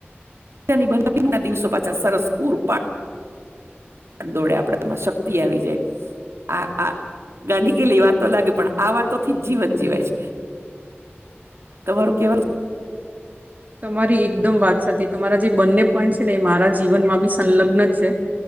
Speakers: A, on the right (about 80°); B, on the right (about 40°).
A: ની બધા ના દિવસો પાછા સરસ પૂરા પાડ પા દોડે આપડામાં શક્તિ આવી જાય આ આ ગાંડી ગેલી વાતો લાગે પણ આ વાતો થી જ જીવન જીવાય છે. તમારું કેવાનું
B: તમારી એકદમ વાત સાચી તમારા જે બંને પોઈન્ટ છે ને એ મારા જીવનમાં બી સંલગ્ન જ છે